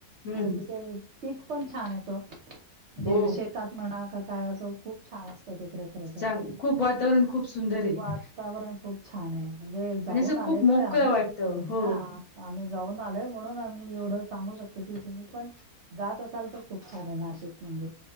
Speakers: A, on the left; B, on the right.
A: हम्म
B: आणि तिथे- पीक पण छान येतं. म्हणजे
A: हो
B: शेतात म्हणा का काय असं खूप छान असतं तिकडे खर तर.
A: चांग खूप वातावरण खूप सुंदर आहे
B: वात्- तावरण खूप छान आहे म्हणजे जाऊन
A: आणि असं
B: आलेलो
A: खूप मोकळं
B: हाय आम्ही.
A: वाटतं हो
B: हं आम्ही जाऊन आलोय म्हणून आम्ही एवढं सांगू शकतो की, तुम्ही पण- जात असाल तर खूप छान आहे नाशिक म्हणजे.